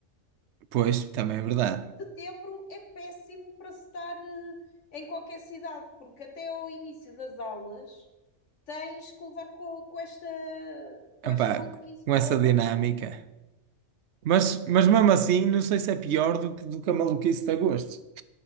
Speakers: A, on the right (about 70°); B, on the left (about 70°).
A: Pois, também é verdade.
B: Setembro é péssimo para se estar eh, em qualquer cidade, porque até ao início das aulas tens que levar com, com esta, com
A: Epá,
B: esta maluquice
A: com essa
B: toda.
A: dinâmica. Mas, mas mesmo assim, não sei se é pior do que, do que a maluquice de agosto.